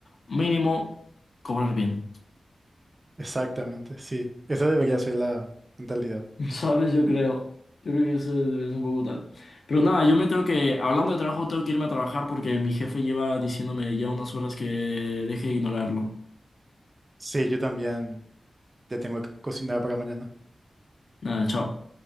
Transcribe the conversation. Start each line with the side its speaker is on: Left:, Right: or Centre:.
Left: mínimo cobrar bien.
Right: Exactamente, sí. Esa debería ser la mentalidad.
Left: <laughs> ¿Sabes? Yo creo. Yo creo que eso debería ser un poco tal. Pero nada, yo me tengo que, hablando de trabajo, tengo que irme a trabajar porque mi jefe lleva diciéndome ya unas horas que deje de ignorarlo.
Right: Sí, yo también ya tengo que cocinar para mañana.
Left: Nada, chao.